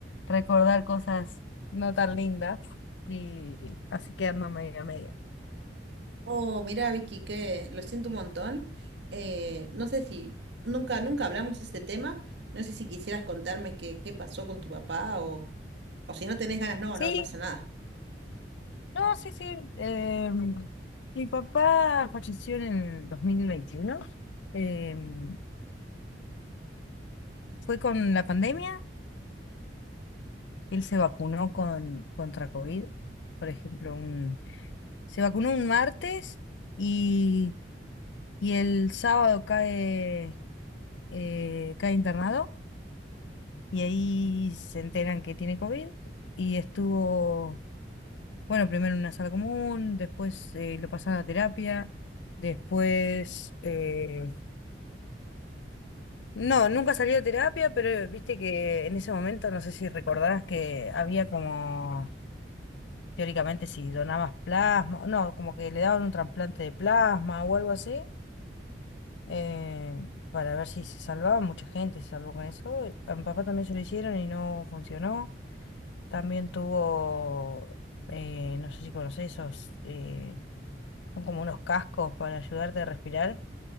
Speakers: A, on the left; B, on the right.
A: recordar cosas no tan lindas. Y así que ando media media
B: Oh, mira, Vicky, que lo siento un montón. Eh, no sé si nunca, nunca hablamos de este tema. No sé si quisieras contarme qué, qué pasó con tu papá o, o si no tenés ganas, no,
A: Sí,
B: no pasa nada.
A: no, sí, sí. em, mi papá falleció en el 2021. em, fue con la pandemia. Él se vacunó con, contra COVID, por ejemplo, un, se vacunó un martes y, y el sábado cae, eh, cae internado y ahí se enteran que tiene COVID y estuvo, bueno, primero en una sala común, después eh, lo pasaron a terapia, después, eh, no, nunca salió de terapia, pero viste que en ese momento, no sé si recordarás que había como teóricamente si donabas plasma, no, como que le daban un trasplante de plasma o algo así, eh, para ver si se salvaba, mucha gente se salvó con eso. Eh, A mi papá también se lo hicieron y no funcionó. También tuvo, eh, no sé si conocés esos, eh, son como unos cascos para ayudarte a respirar.